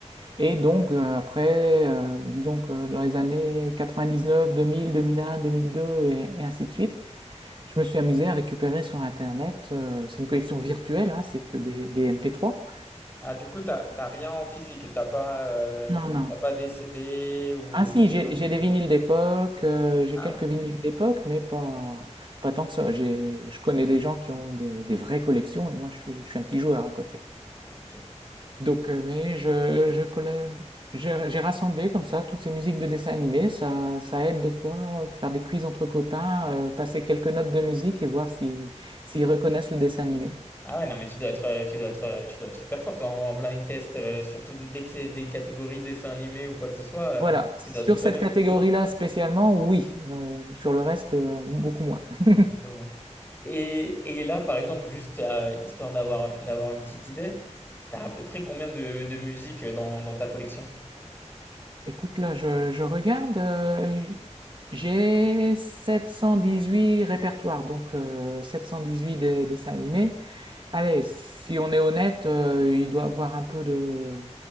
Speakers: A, on the right; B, on the left.
A: Et donc, euh, après, euh, disons que dans les années 99, 2000, 2001, 2002 et, et ainsi de suite, je me suis amusé à récupérer sur Internet. euh, c'est une collection virtuelle, hein, c'est que des, des mp trois.
B: Ah du coup t'as t'as rien en physique, t'as pas euh,
A: Non, non.
B: t'as pas des CD ou
A: Ah si,
B: ce
A: j'ai
B: genre de
A: j'ai
B: choses.
A: des vinyles d'époque, euh, j'ai
B: Ah
A: quelques
B: ok.
A: vinyles d'époque, mais pas, pas tant que ça. J'ai, je connais des gens qui ont des, des vraies collections et moi je suis, je suis un petit joueur à côté.
B: Ok.
A: Donc, euh, mais je, je collais, j'ai j'ai rassemblé comme ça toutes ces musiques de dessins animés. Ça, ça aide des fois euh, faire des quiz entre copains, euh, passer quelques notes de musique et voir si, s'ils reconnaissent le dessin animé.
B: Ah ouais, non, mais tu dois être, tu dois être, tu dois être super fort toi en en blind test, heu, surtout dès que c'est des catégories dessins animés ou quoi que ce soit,
A: Voilà,
B: heu, tu
A: sur
B: dois tout connaître
A: cette catégorie-là spécialement, oui. Euh, sur le reste, euh, beaucoup moins. <laughs>
B: un peu au Et et là, par exemple, juste, heu, histoire d'avoir d'avoir une petite idée, t'as à peu près combien de de musique dans dans ta collection?
A: Écoute, là, je, je regarde. euh, j'ai 718 répertoires, donc euh, 718 des, dessins animés. Allez, si on est honnête, euh, il doit avoir un peu de...